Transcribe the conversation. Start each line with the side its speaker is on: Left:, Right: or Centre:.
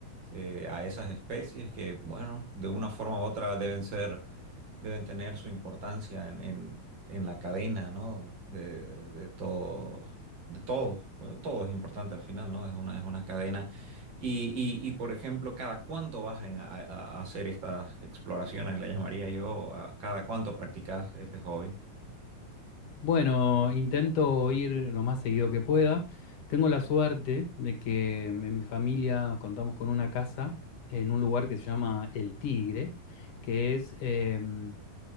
Right: eh, a esas especies que, bueno, de una forma u otra deben ser, deben tener su importancia en, en- en la cadena, ¿no? De, de todo, de todo, Bueno, todo es importante al final, ¿no? Es una, es una cadena. Y, y- y, por ejemplo, ¿cada cuánto vas en- a, a- hacer estas exploraciones? Le llamaría yo, a ¿cada cuánto practicas este hobby?
Left: Bueno, intento ir lo más seguido que pueda. Tengo la suerte de que en mi familia contamos con una casa en un lugar que se llama El Tigre, que es, em,